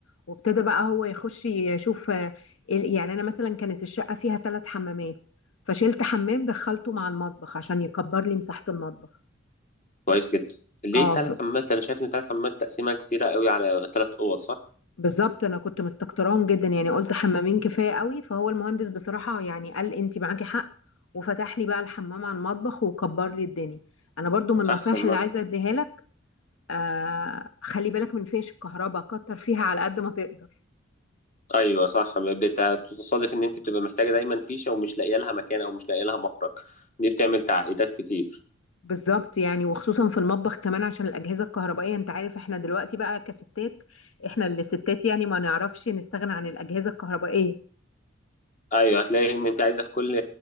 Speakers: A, on the left (about 75°); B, on the left (about 40°).
A: وابتدى بقى هو يخش يشوف آه، ال- يعني انا مثلا كانت الشقه فيها ثلاث حمامات فشلت حمام دخلته مع المطبخ عشان يكبر لي مساحه المطبخ
B: كويس جدا ليه
A: اه
B: تلات
A: ف...
B: حمامات أنا شايف إن تلات حمامات تقسيمة كتيرة قوي على تلات أوض صح؟
A: بالظبط انا كنت مستكتراهم جدا يعني قلت حمامين كفايه قوي فهو المهندس بصراحه يعني قال انت معاكي حق وفتح لي بقى الحمام على المطبخ وكبر لي الدنيا انا برضو من النصايح
B: أحسن
A: اللي
B: برضه
A: عايزه اديها لك آه خلي بالك من فيش الكهرباء كتر فيها على قد ما تقدر
B: أيوه صح بتصادف إن أنت بتبقى محتاجة دايما فيشة ومش لاقية لها مكان أو مش لاقية لها مخرج دي بتعمل تعقيدات كتير
A: بالظبط يعني وخصوصا في المطبخ كمان عشان الأجهزة الكهربائية انت عارف احنا دلوقتي بقى كستات احنا اللي ستات يعني ما نعرفش نستغنى عن الأجهزة الكهربائية
B: ايوه هتلاقي ان انت عايزه في كل